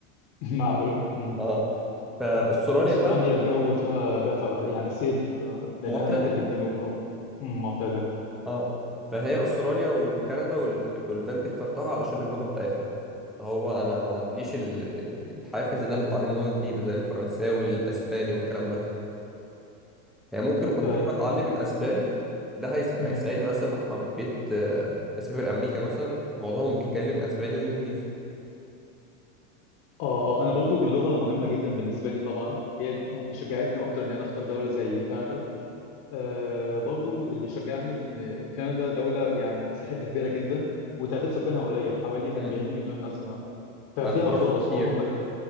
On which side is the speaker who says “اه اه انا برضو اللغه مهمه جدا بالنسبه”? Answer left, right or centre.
Left